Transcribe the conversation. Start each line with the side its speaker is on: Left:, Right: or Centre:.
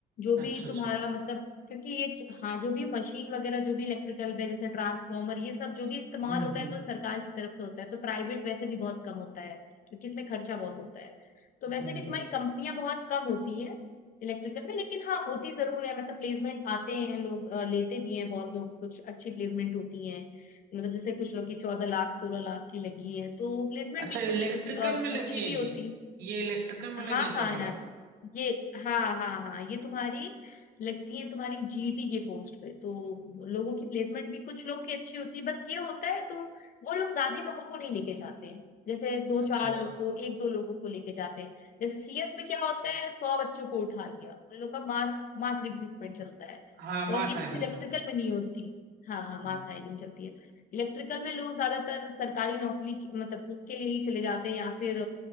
Left: जो
Right: अच्छा
Left: भी तुम्हारा
Right: अच्छा
Left: मतलब क्योंकि ये च- हाँ जो भी मशीन वगैरह जो भी इलेक्ट्रिकल पे जैसे ट्रांसफार्मर ये सब जो भी इस्तेमाल
Right: हम्म
Left: होता
Right: हम्म
Left: है तो
Right: हम्म
Left: सरकार की तरफ से होता है तो प्राइवेट वैसे भी बहुत कम होता है क्योंकि इसमें खर्चा बहुत होता है तो
Right: हम्म
Left: वैसे भी तुम्हारी
Right: हम्म।
Left: कंपनियां बहुत कम होती हैं इलेक्ट्रिकल में लेकिन हाँ होती जरूर है मतलब प्लेसमेंट आते हैं लोग अ, लेते भी हैं बहुत लोग कुछ अच्छी प्लेसमेंट होती हैं मतलब जैसे कुछ लोग की चौदह लाख सोलह लाख की लगी हैं तो प्लेसमेंट
Right: अच्छा
Left: भी
Right: इलेक्ट्रिकल
Left: कुछ अ,
Right: में लगी
Left: अच्छी
Right: है
Left: भी होती
Right: ये ये इलेक्ट्रिकल में
Left: हाँ
Right: लगी है चौदह
Left: हाँ
Right: लाख
Left: यार ये हाँ हाँ हाँ ये तुम्हारी लगती है तुम्हारी जीटी के पोस्ट पे तो लोगों की प्लेसमेंट भी कुछ लोग की अच्छी होती है बस ये होता है तुम वो लोग ज्यादा लोगों को नहीं लेके जाते हैं जैसे दो
Right: अच्छा
Left: चार
Right: अच्छा
Left: लोग को एक दो लोगों को लेके जाते हैं जैसे सीएस में क्या होता है सौ बच्चों को उठा लिया उन लोग का मास मास रिक्रूटमेंट चलता है
Right: हाँ मास
Left: और ये
Right: हायरिंग
Left: चीज इलेक्ट्रिकल
Right: हाँ हाँ।
Left: में नहीं होती हाँ हाँ
Right: हम्म।
Left: मास हायरिंग चलती है इलेक्ट्रिकल में लोग ज्यादातर सरकारी नौकरी की- मतलब उसके लिए ही चले जाते हैं या फिर